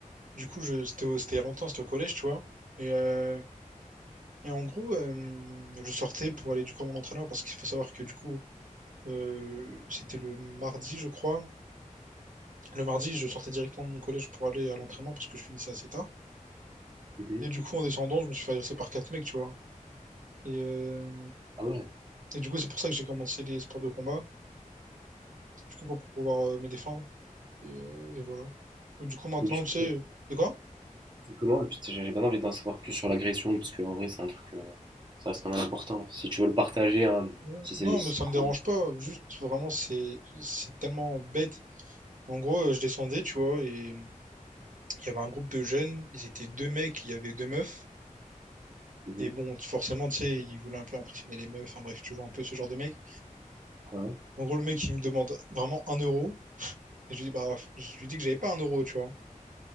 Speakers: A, on the right; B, on the right.
A: du coup, je, c'était au- c'était il y a longtemps, c'était au collège, tu vois. Et, euh, et en gros, euh, je sortais pour aller du coup à mon entraîneur parce qu'il faut savoir que du coup, euh, c'était le mardi, je crois. Le mardi, je sortais directement de mon collège pour aller à l'entraînement parce que je finissais assez tard.
B: Mhm.
A: Et du coup, en descendant, je me suis fait agresser par quatre mecs, tu vois. Et, euh,
B: Ah ouais.
A: et du coup, c'est pour ça que j'ai commencé les sports de combat. Du coup, pour pouvoir euh, me défendre. Et, euh, et voilà. Du coup, maintenant,
B: Mais du
A: tu sais,
B: coup,
A: de quoi?
B: Comment? Juste, j'ai j'ai bien envie d'en savoir plus sur l'agression, parce que en vrai, c'est un truc, euh, ça reste quand même important. Si tu veux le partager, hein,
A: Ouais.
B: si c'est
A: Non,
B: si
A: mais
B: c'est
A: ça
B: trop.
A: me dérange pas. Juste, vraiment, c'est c'est tellement bête. En gros, euh, je descendais, tu vois, et il y avait un groupe de jeunes. Ils étaient deux mecs, il y avait deux meufs.
B: Mhm.
A: Et bon, t- forcément, tu sais, ils voulaient un peu impressionner les meufs. Enfin bref, tu vois, un peu ce genre de mec.
B: Ouais.
A: En gros, le mec, il me demande vraiment un euro. Et je lui dis, bah, je lui dis que j'avais pas un euro, tu vois.